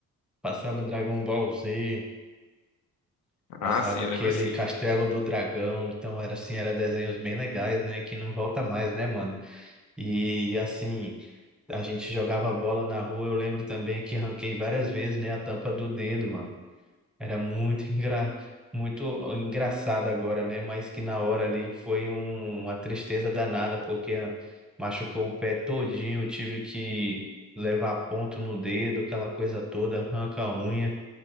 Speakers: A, in the centre; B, on the left (about 75°).
A: passava Dragon Ball Z, passava
B: Ah, sim,
A: aquele
B: lembro sim.
A: Castelo do Dragão, então era assim, era desenhos bem legais, né, que não volta mais, né, mano? E assim, a gente jogava bola na rua, eu lembro também que ranquei várias vezes, né, a tampa do dedo, mano. Era muito <laughs> engra... muito engraçado agora, né? Mas que na hora ali foi um- uma tristeza danada, porque machucou o pé todinho, tive que levar ponto no dedo, aquela coisa toda, arranca a unha.